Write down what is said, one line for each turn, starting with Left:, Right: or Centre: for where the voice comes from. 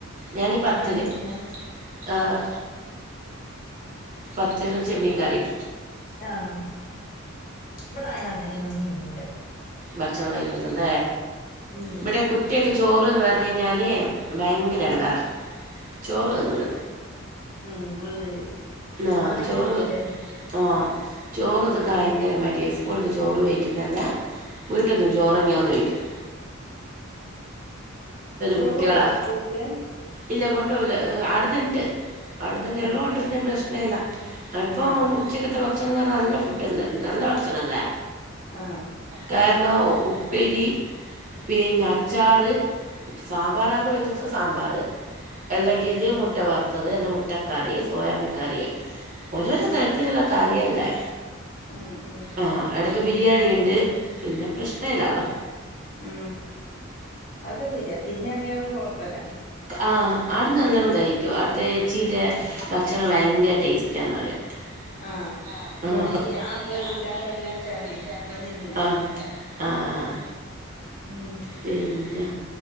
Right: ഞാനീ പത്തില്
Left: ഞാനും കുട്ടിയന്നെ
Right: ആഹ് പത്തലും ചെമ്മീൻ കറിയും
Left: ആഹ് വ്ടെയാ അങ്ങനെയൊന്നും തിന്നൂല
Right: ഭക്ഷണം കഴിക്കൂല ല്ലേ
Left: ഇല്ലേ
Right: ഇവിടെ കുട്ടിയൊക്കെ ചോറന്ന് പറ ഞാൻ ന് ഭയങ്കര ഇടങ്ങാറാ ചോറ് തിന്നൂല
Left: ഉം അത് ശരി
Right: ആ
Left: അങ്ങനെ
Right: ചോറ്
Left: എന്തേലുല്ലേ
Right: ആഹ് ചോറ്
Left: ഉം
Right: തിന്നാൻ ഭയങ്കര മടിയ ക്കൂൾന്ന് ചോറ് വെയ്ക്കു തന്നെ വീട്ടിന്നും ചോറെന്നേണോന്ന് ചോയ്ക്കും
Left: ചോറ്
Right: കുട്ടികളാ
Left: കൊണ്ടോകോ സ്കൂളിക്ക്?
Right: ഇല്ല കൊണ്ടോകൂല അടു ണ്ട് അവിടുത്തെന്നെള്ളോണ്ട്
Left: ഉം
Right: പിന്നെ പ്രശ്ന ഇല്ല ഇപ്പൊ
Left: ഉം
Right: ഉച്ചക്കത്തെ നല്ല ഫുഡല്ലെ നല്ല ഭക്ഷണല്ലേ
Left: ആഹ്
Right: കാരണം ഉപ്പേരി പിന്നെ അച്ചാറ് സാമ്പാറാ കൊയ സാമ്പാറ് അല്ലെങ്കിൽ
Left: ഉം
Right: മുട്ട വർത്തത് മുട്ടക്കറി സോയാബിൻ കറി ഓരോരോ
Left: ഉം ഉം
Right: തരത്തിലുള്ള കറിയല്ലേ
Left: ഉം ഉം
Right: ആഹ് എടക്ക് ബിരിയാണി ഇണ്ട് പിന്നെ പ്രശ്നം ഇല്ലാലോ
Left: ഉം അതൊക്കെ ശരിയാ തിന്നാണെങ്കി അതൊക്കെ കൊഴപ്പല്ല
Right: ആഹ് അതു നല്ലണം തയ്ക്കോ അടുത്ത ച്ചീന്റെ ഭക്ഷണം ഭയങ്കര ടേസ്റ്റാന്ന് പറയും
Left: ആഹ്
Right: ആ
Left: ഇബടെ
Right: ഇവിടെ
Left: ഈ ആ വേവില്ലാത്ത
Right: ആഗ്രഹില്ലാത്ത
Left: അരി വെച്ചാരണേ
Right: ഒരു വെച്ച
Left: ഇവൻ തിന്നില്ല
Right: ആ ആ
Left: ഉം
Right: പിന്നെ